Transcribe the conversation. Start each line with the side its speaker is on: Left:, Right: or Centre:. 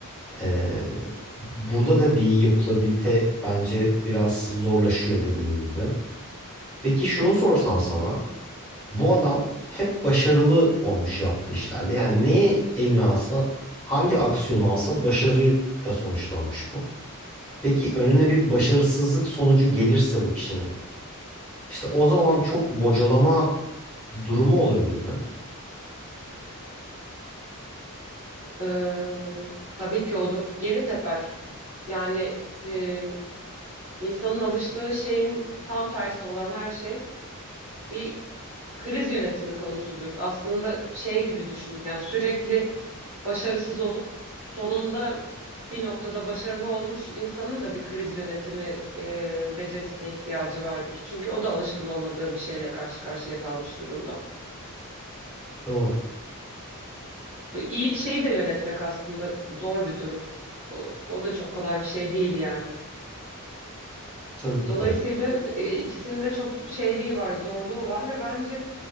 Centre: E, burada da bir yapılabilite bence biraz zorlaşıyor dediğin gibi. Peki şunu sorsam sana bu adam hep başarılı olmuş yaptığı işlerde. Yani neyi eline alsa, hangi aksiyonu alsa başarıyla sonuçlanmış bu. Peki önüne bir başarısızlık sonucu gelirse bu kişinin, işte o zaman çok bocalama durumu olabilir mi?
Right: Ee, tabii ki olur. Geri teper. Yani e, insanın alıştığı şeyin tam tersi olan her şey bir kriz yönetimi konusudur. Aslında şey gibi düşün. Yani sürekli başarısız olup sonunda bir noktada başarılı olmuş insanın da bir kriz yönetimi e, becerisine ihtiyacı vardır. Çünkü o da alışkın olmadığı bir şeyle karşı karşıya kalmış durumda.
Centre: Doğru,
Right: Bu İyi bir şeyi de yönetmek aslında zor bir durum. O, o da çok kolay bir şey değil yani.
Centre: tabii ki
Right: Dolayısıyla
Centre: de.
Right: e, ikisinin de çok şeyliği var, zorluğu var ve bence